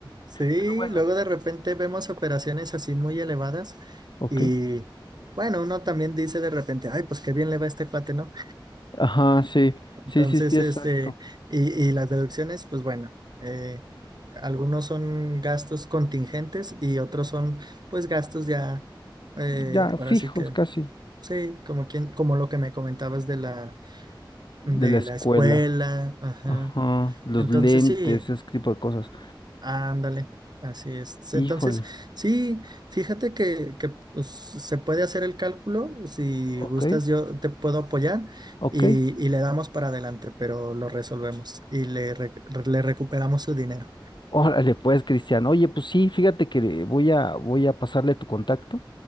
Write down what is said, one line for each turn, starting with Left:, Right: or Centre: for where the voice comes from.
Right: Sí,
Left: Pero bueno,
Right: luego de repente vemos operaciones así muy elevadas
Left: ok.
Right: y bueno, uno también dice de repente, ay, pues qué bien le va a este cuate, ¿no?
Left: Ajá, sí, sí,
Right: Entonces,
Left: sí, sí, exacto.
Right: este, y, y las deducciones, pues bueno, eh, algunos son gastos contingentes y otros son pues gastos ya, eh,
Left: Ya,
Right: ahora
Left: fijos
Right: sí que,
Left: casi,
Right: sí, como quien, como lo que me comentabas de la,
Left: de
Right: de
Left: la escuela.
Right: la escuela, ajá.
Left: Ajá, los
Right: Entonces
Left: lentes,
Right: sí,
Left: ese tipo de cosas.
Right: Ándale, así es. S-
Left: Híjole,
Right: Entonces, sí, fíjate que, que, pues, se puede hacer el cálculo. Si
Left: ok,
Right: gustas, yo te puedo apoyar
Left: ok.
Right: y, y le damos para adelante, pero lo resolvemos y le, re- le recuperamos su dinero.
Left: Órale, pues, Cristian. Oye, pues sí, fíjate que voy a, voy a pasarle tu contacto